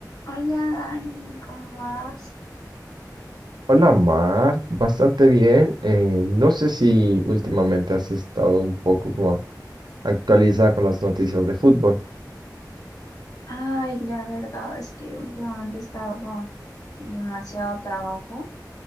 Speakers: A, on the left; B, on the right.
A: Hola Dani, ¿cómo vas?
B: Hola Mar, bastante bien. Eh, no sé si últimamente has estado un poco como actualizada con las noticias de fútbol.
A: Ay, la verdad es que últimamente he estado con demasiado trabajo